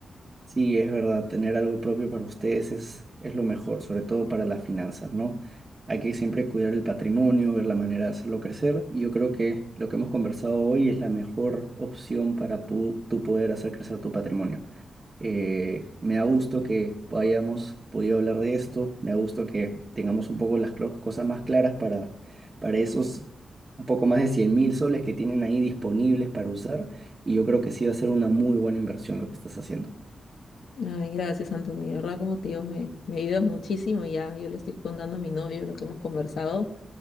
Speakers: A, on the right (about 35°); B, on the left (about 75°).
A: Sí, es verdad, tener algo propio para ustedes es, es lo mejor, sobre todo para las finanzas, ¿no? Hay que siempre cuidar el patrimonio, ver la manera de hacerlo crecer, y yo creo que lo que hemos conversado hoy es la mejor opción para pu- tú poder hacer crecer tu patrimonio. Eh, me da gusto que hayamos podido hablar de esto, me da gusto que tengamos un poco las clo- cosas más claras para, para esos un poco más de cien mil soles que tienen ahí disponibles para usar y yo creo que sí va a ser una muy buena inversión lo que estás haciendo.
B: Ay, gracias, Antonio. De verdad, como tío, me, me ayudas muchísimo. Ya, yo le estoy contando a mi novio lo que hemos conversado.